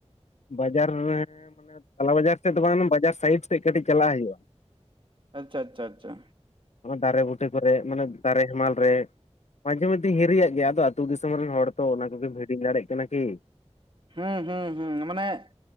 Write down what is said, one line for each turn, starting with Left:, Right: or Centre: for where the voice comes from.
Left: ᱵᱟᱡᱟᱨ ᱨᱮ ᱢᱟᱱᱮ ᱛᱟᱞᱟ ᱵᱟᱡᱟᱨ ᱥᱮᱫ ᱫᱚ ᱵᱟᱝ ᱵᱟᱡᱟᱨ ᱥᱟᱭᱤᱰ ᱥᱮᱫ ᱠᱟᱹᱴᱤᱡ ᱪᱟᱞᱟᱜ ᱦᱩᱭᱩᱜᱼᱟ
Right: ᱟᱪᱪᱷᱟ - ᱟᱪᱷᱟ - ᱟᱪᱪᱷᱟ
Left: ᱫᱟᱨᱮ ᱵᱩᱴᱟᱹ ᱠᱚᱨᱮᱜ ᱢᱟᱱᱮ ᱫᱟᱨᱮ ᱦᱮᱢᱟᱞ ᱨᱮ ᱢᱟᱡᱷᱮ ᱢᱟᱫᱽᱫᱮ ᱦᱤᱨᱤᱭᱟᱜ ᱜᱮᱭᱟ ᱟᱫᱚ ᱟᱹᱛᱩ ᱫᱤᱥᱚᱢ ᱨᱮᱱ ᱦᱚᱲ ᱛᱚ ᱚᱱᱟ ᱠᱚᱢ ᱦᱤᱲᱤᱧ ᱫᱟᱲᱮᱭᱟᱜ ᱠᱟᱱᱟ ᱠᱤ
Right: ᱦᱩᱸ- ᱦᱩᱸ - ᱦᱩᱸ ᱢᱟᱱᱮᱜ